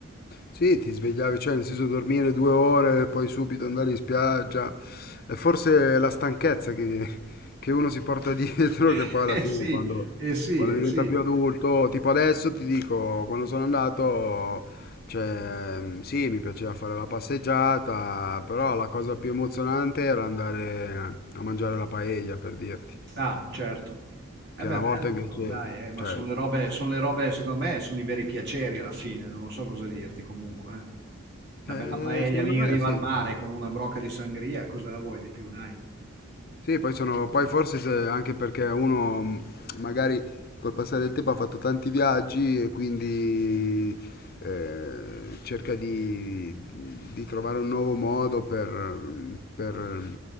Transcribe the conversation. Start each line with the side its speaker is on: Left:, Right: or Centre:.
Left: Sì, ti svegliavi, cioè nel senso dormire due ore e poi subito andare in spiaggia. È forse la stanchezza che, che uno si porta <laughs> dietro,
Right: <laughs>
Left: che poi alla
Right: Eh
Left: fine
Right: sì,
Left: quando,
Right: eh sì,
Left: quando
Right: eh
Left: diventa
Right: sì.
Left: più adulto, tipo adesso ti dico, quando sono andato, cioè sì, mi piaceva fare la passeggiata, però la cosa più emozionante era andare a mangiare la paella, per dirti.
Right: Ah, certo. Eh
Left: Che
Right: beh,
Left: una
Right: bello
Left: volta invece,
Right: però, dai, eh, ma
Left: cioè,
Right: sono le robe, sono le robe, secondo me, sono i veri piaceri alla fine, non lo so cosa dirti comunque. eh. Una
Left: eh,
Right: bella paella
Left: secondo
Right: lì
Left: me
Right: in riva
Left: sì.
Right: al mare
Left: sì.
Right: con una brocca di sangria, cosa vuoi di più, dai?
Left: Sì, poi, sono, poi forse se- anche perché uno mh, magari col passare del tempo ha fatto tanti viaggi e quindi eh, cerca di, di trovare un nuovo modo per, per,